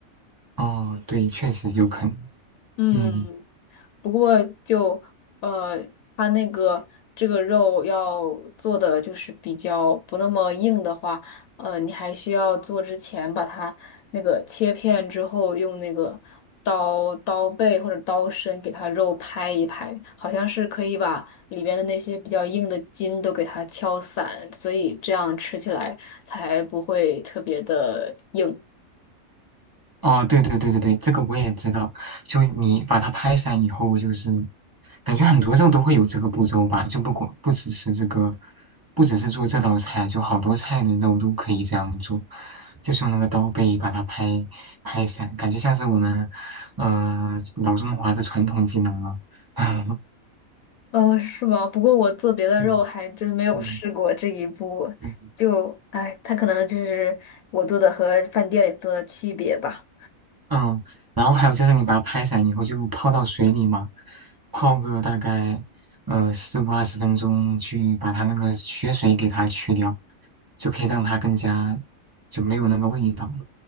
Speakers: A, on the right; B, on the left.
A: 哦，对，确实有可能。
B: 嗯，
A: 嗯。
B: 不过就呃，它那个这个肉要做的就是比较不那么硬的话，呃，你还需要做之前把它那个切片之后，用那个刀刀背或者刀身给它肉拍一拍，好像是可以把里边的那些比较硬的筋都给它敲散，所以这样吃起来才不会特别的硬。
A: 哦，对对对对对，这个我也知道。就你把它拍散以后，就是感觉很多肉都会有这个步骤吧，就不管不只是这个，不只是做这道菜，就好多菜的肉都可以这样做，就是用那个刀背把它拍拍散，感觉像是我们呃老中华的传统技能了。<laughs>
B: 哦，是吗？不过我做别的肉还真没有试过这一步，
A: 对嗯嗯，嗯
B: 就，哎，它可能就是我做的和饭店里做的区别吧。
A: 嗯，然后还有就是你把它拍散以后就泡到水里嘛，泡个大概呃十五二十分钟，去把它那个血水给它去掉，就可以让它更加就没有那个味道了